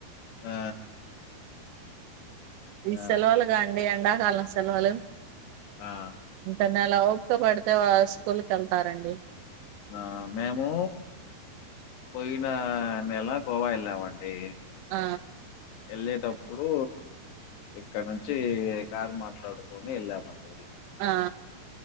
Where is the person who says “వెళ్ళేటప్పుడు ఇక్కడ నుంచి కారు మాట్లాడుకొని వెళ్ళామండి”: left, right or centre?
Left